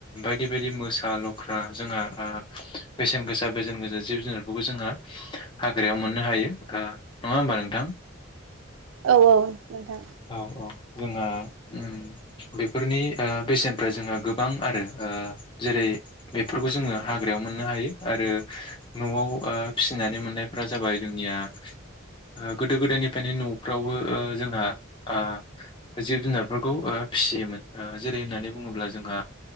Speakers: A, on the left; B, on the right.
A: बायदि। बिदि मोसा लख्रा जोंहा ओ बेसेन गोसा बेसेन गोजा जिब जुनारफोरखौ जोंङो हाग्रायाव मोननो हायो-ओ नङा होमबा नोंथां।
B: औ औ नोंथां
A: औ औ जोंहा ओम बेफोरनि ओ-बेसेनफ्रा जोंहा गोबां आरो ओ जेरै बेफोरखौ जोङो हाग्रायाव मोननो हायो आरो नआव-ओ फिसिनानै मोननायफोरा जाबाय जोंनिया ओ- गोदो-गोदायनिफ्रायनो नफ्रावबो-ओ जोंहा ओ जिब-जुनारफोरखौ फिसियोमोन जेरै होननानै बुङोब्ला जोंहा